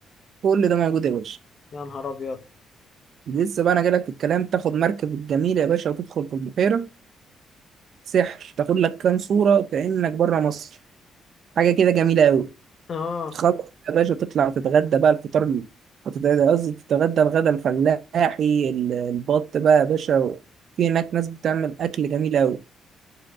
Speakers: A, on the right; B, on the left.
A: كل ده موجود يا باشا
B: يا نهار ابيض
A: لسه بقى أنا جايلك في الكلام تاخد مركب الجميل يا باشا وتدخل في البحيرة سحر تاخد لك كام صورة كأنك بره مصر حاجه كده جميله قوي
B: اه
A: خلاص يا باشا تطلع تتغدى بقى الفطار ال- هتتغدى قصدي تتغدى الغدا الفلاحي ال- البط بقى يا باشا في هناك ناس بتعمل اكل جميل قوي